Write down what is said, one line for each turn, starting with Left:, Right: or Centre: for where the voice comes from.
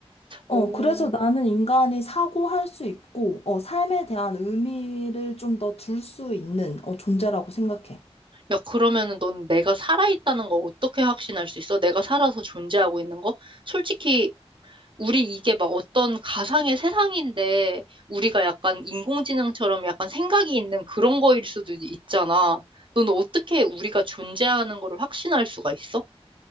Left: 어,
Right: 오.
Left: 그래서 나는 인간이 사고할 수 있고, 어, 삶에 대한 의미를 좀 더 둘 수 있는, 어, 존재라고 생각해.
Right: 야, 그러면은 넌 내가 살아있다는 거 어떻게 확신할 수 있어? 내가 살아서 존재하고 있는 거? 솔직히 우리 이게 막 어떤 가상의 세상인데 우리가 약간 인공지능처럼 약간 생각이 있는 그런 거일 수도 있잖아. 너는 어떻게 우리가 존재하는 거를 확신할 수가 있어?